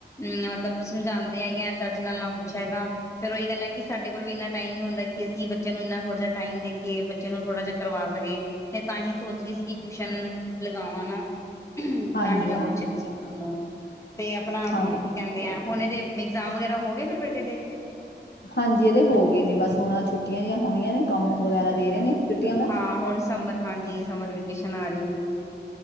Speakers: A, on the left; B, on the left.
A: ਅਮ ਮਤਲਬ ਸਮਝਾਉਂਦੇ ਹੈਗੇ ਆ ਚੱਜ ਨਾਲ ਨਾ ਕੁੱਛ ਹੈਗਾ ਫੇਰ ਉਹੀ ਗੱਲ ਹੈ ਕਿ ਸਾਡੇ ਕੋਲ ਵੀ ਇੰਨਾਂ ਟਾਈਮ ਨੀ ਹੁੰਦਾ ਕਿ ਅਸੀਂ ਬੱਚੇ ਨੂੰ ਇੰਨਾ ਥੋੜਾ ਜਿਹਾ ਟਾਈਮ ਦੇ ਕੇ ਬੱਚੇ ਨੂੰ ਥੋੜਾ ਜਿ ਕਰਵਾ ਸਕੇ ਤੇ ਤਾਂ ਹੀ ਸੋਚਦੀ ਸੀ ਕਿ ਟਿਊਸ਼ਨ ਲਗਾਵਾਂ ਨਾ
B: ਹਾਂਜੀ
A: ਤਾਂ ਹੀ ਮੈਂ
B: ਹਾਂ
A: ਪੁੱਛਣੀ ਸੀ ਤੁਹਾਨੂੰ ਤੇ ਆਪਣਾ
B: ਹਾਂਜੀ
A: ਕੀ ਕਹਿੰਦੇ ਆ ਹੁਣ ਇਹਦੇ ਇਗਜ਼ਾਮ ਵਗੈਰਾ ਹੋਗੇ ਫਿਰ ਬੇਟੇ ਦੇ
B: ਹਾਂਜੀ ਇਹਦੇ ਹੋ ਗਏ ਨੇ ਬਸ ਹੁਣ ਛੁੱਟੀਆਂ ਜਿਆਂ ਹੋਣੀਆਂ ਨੇ ਕੰਮ ਵਗੈਰਾ ਦੇ ਰਹੇ ਨੇ ਛੁੱਟੀਆਂ ਦਾ
A: ਹਾਂ ਹੁਣ ਸਮਰ ਹਾਂਜੀ ਸਮਰ ਵੇਕੇਸ਼ਨ ਆ ਰਹੀ ਹੈਗੀ ਹੈ